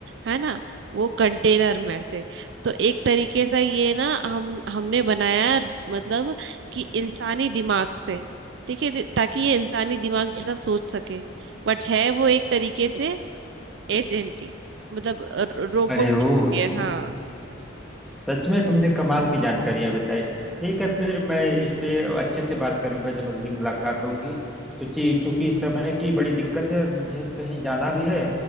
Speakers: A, on the right (about 60°); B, in the centre.
A: है ना वो कंटेनर में से तो एक तरीके से ये ना हम हमने बनाया है, मतलब कि इंसानी दिमाग से ठीक है ताकि ये इंसानी दिमाग जैसा सोच सके बट है वो एक तरीके से एजेंट ही मतलब रोबोट
B: अरे ओ
A: हाँ
B: सच में तुमने कमाल की जानकारी है बताई ठीक है फिर मैं इस पे अच्छे से बात करूंगा जब अगली मुलाकात होगी चूंकि चूंकि समय की बड़ी दिक्कत है और मुझे कहीं जाना भी है